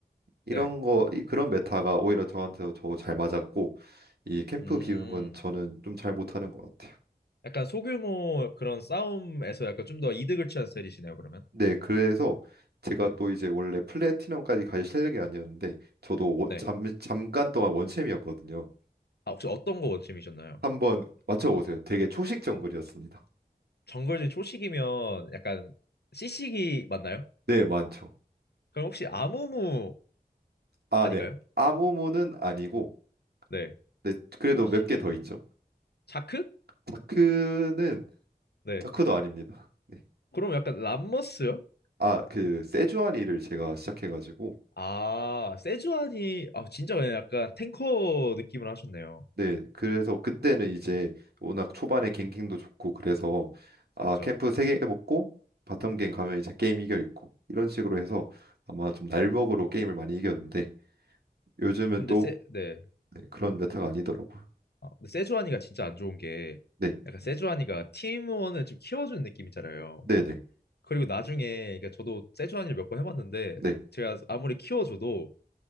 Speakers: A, on the right; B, on the left.
A: 이런
B: 네.
A: 거 이- 그런 메타가 오히려 저한테도 더 잘 맞았고 이 캠프
B: 음.
A: 비우는 건 저는 좀 잘 못하는 것 같아요.
B: 약간 소규모 그런 싸움에서 약간 좀 더 이득을 취한 스타일이시네요, 그러면.
A: 네, 그래서 제가
B: 네.
A: 또 이제 원래 플래티넘까지 갈 실력이 아니었는데 저도 워-
B: 네.
A: 잠, 잠깐 동안 원챔이었거든요.
B: 아, 혹시 어떤 거 원팀이셨나요?
A: 한번 맞춰보세요. 되게 초식 정글이었습니다.
B: 정글진 초식이면 약간 CC기 맞나요?
A: 네, 많죠.
B: 그럼 혹시 아무무
A: 아,
B: 아닌가요?
A: 네. 아모모는 아니고,
B: 네.
A: 네, 그래도
B: 초식이면
A: 몇 개 더 있죠.
B: 자크?
A: 다크는
B: 네.
A: 다크도 아닙니다. 네.
B: 그럼 약간 람머스요?
A: 아, 그 세주아니를 제가 시작해가지고,
B: 아, 세주안이 아 진짜 그냥 약간 탱커 느낌을 하셨네요.
A: 네, 그래서 그때는
B: 아,
A: 이제 워낙 초반에 갱킹도 좋고 그래서 아
B: 맞죠.
A: 캠프 세 개 먹고 바텀 갱 가면 이제 게임 이겨 있고 이런 식으로 해서 아마 좀 날먹으로 게임을 많이 이겼는데 요즘은
B: 근데
A: 또
B: 세 네.
A: 네, 그런 메타가 아니더라고요.
B: 아, 근데 세주안이가 진짜 안 좋은 게
A: 네,
B: 약간 세주안이가 팀원을 좀 키워주는 느낌이잖아요.
A: 네, 네,
B: 그리고 나중에 그러니까 저도 세주환이를 몇 번 해봤는데
A: 네.
B: 제가 아무리 키워줘도